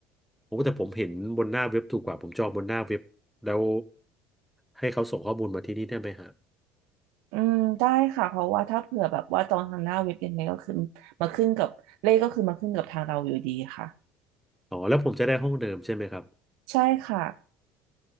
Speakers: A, in the centre; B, on the right.
A: โอ้แต่ผมเห็นบนหน้าเว็บถูกกว่าผมจองบนหน้าเว็บแล้วให้เขาส่งข้อมูลมาที่นี่ได้ไหมฮะ
B: อืมได้ค่ะเพราะว่าถ้าเผื่อแบบว่าจองทางหน้าเว็บยังไงก็คือมาขึ้นกับเลขก็คือมาขึ้นกับทางเราอยู่ดีค่ะ
A: อ๋อแล้วผมจะได้ห้องเดิมใช่ไหมครับ
B: ใช่ค่ะ